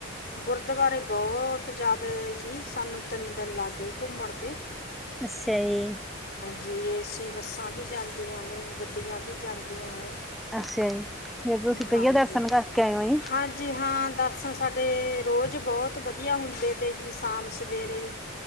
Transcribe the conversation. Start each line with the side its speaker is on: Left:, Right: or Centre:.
Left: ਗੁਰਦੁਆਰੇ ਬਹੁਤ ਜ਼ਿਆਦਾ ਜੀ ਸਾਨੂੰ ਤਿੰਨ ਦਿਨ ਲੱਗ ਗਏ ਘੁੰਮਣ ਤੇ
Centre: ਅਛਾ ਜੀ
Left: ਜੀ ਏ ਸੀ ਬਸਾ ਵੀ ਜਾਂਦੀਆਂ ਨੇ ਗੱਡੀਆਂ ਵੀ ਜਾਂਦੀਆਂ ਨੇ।
Centre: ਅੱਛਾ ਜੀ ਫੇਰ ਤੁਸੀਂ ਪਹਿਆ
Left: ਹਾਂਜੀ
Centre: ਦਰਸ਼ਨ ਕਰਕੇ ਆਏਓ ਜੀ
Left: ਹਾਂਜੀ ਹਾਂ ਦਰਸ਼ਨ ਸਾਡੇ ਰੋਜ਼ ਬਹੁਤ ਵਧੀਆ ਹੁੰਦੇ ਤੇ ਜੀ ਸ਼ਾਮ ਸਵੇਰੇ